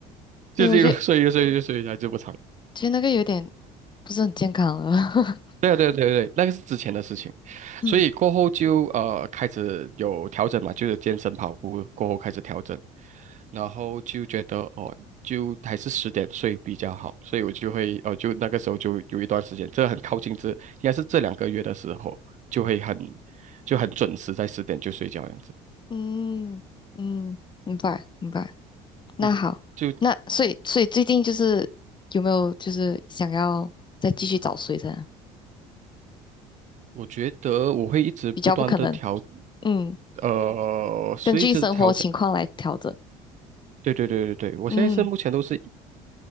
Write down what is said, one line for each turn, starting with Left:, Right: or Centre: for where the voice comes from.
Right: 就是一路睡越睡越睡才就不长。
Left: 对，我觉得其实那个有点不是很健康了。<laughs>
Right: 对啊对啊对啊对啊，那个是之前的事情，
Left: 嗯
Right: 所以过后就呃开始有调整嘛，就是健身跑步过后开始调整，然后就觉得哦，就还是十点睡比较好，所以我就会呃就那个时候就有一段时间，这很靠近这应该是这两个月的时候，就会很就很准时在十点就睡觉这样子。
Left: 嗯嗯，明白明白。那好，
Right: 嗯，就
Left: 那所以所以最近就是有没有就是想要再继续早睡这样？
Right: 我觉得我会一直不断的调，
Left: 比较不可能。嗯，
Right: 呃，随一直调整。
Left: 根据生活情况来调整。
Right: 对对对对对，我现在是目前都是。
Left: 嗯